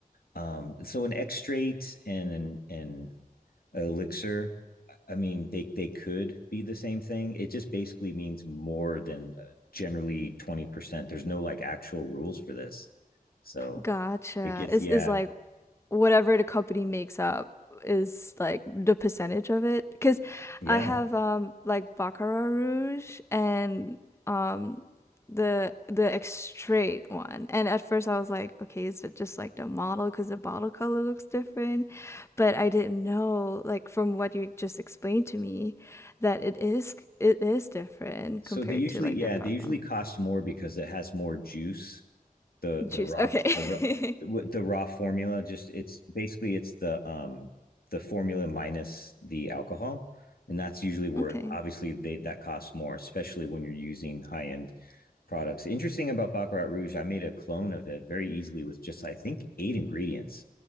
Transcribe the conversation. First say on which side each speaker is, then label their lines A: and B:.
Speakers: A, on the left; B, on the left.
A: um so an extract and an and elixir i mean they they could be the same thing it just basically means more than uh, generally 20% there's no like actual rules for this so
B: Gotcha.
A: it gets
B: Is
A: yeah
B: is like whatever the company makes up is like the percentage of it? Because
A: yeah
B: I have um like Baccarat Rouge and um the the extrait one. And at first I was like, okay, is it just like the model because the bottle color looks different? But I didn't know like from what you just explained to me that it is it is different
A: so
B: compared
A: they usually
B: to like
A: yeah
B: the parfum
A: they usually cost more because it has more juice the
B: juice.
A: the raw
B: Okay.
A: the raw the
B: <laughs>
A: raw formula just it's basically it's the um the formula minus the alcohol and that's usually where
B: Okay.
A: obviously they that costs more especially when you're using high end products. Interesting about Baccarat Rouge, I made a clone of it very easily with just I think eight ingredients.